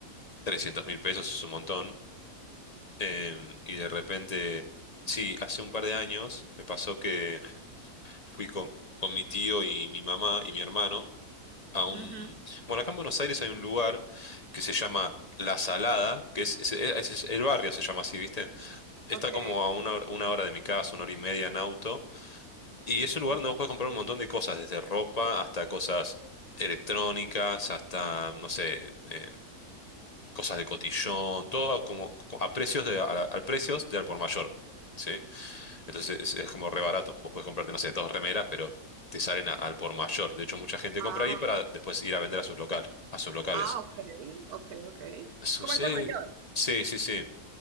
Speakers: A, on the left; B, on the right.
A: trescientos mil pesos es un montón. Em, y de repente, sí, hace un par de años me pasó que fui con, con mi tío y mi mamá y mi hermano a un...
B: Ujú.
A: Bueno, acá en Buenos Aires hay un lugar que se llama La Salada, que es, es- es- es- el barrio se llama así, ¿viste? Está
B: Ok.
A: como a una, hora- una hora de mi casa, una hora y media en auto, y es un lugar
B: ok.
A: donde vos podés comprar un montón de cosas, desde ropa hasta cosas electrónicas, hasta, no sé, eh, cosas de cotillón, todo como a precios de, a, a precios de al por mayor. ¿sí? Entonces es, es como re barato. Vos podés comprarte, no sé, dos remeras, pero te salen a- al por mayor. De hecho, mucha gente
B: Ah,
A: compra ahí para después ir a vender a sus local, a sus locales.
B: ah, ok, ok, ok. Es
A: Sucede,
B: como el por mayor.
A: sí, sí, sí.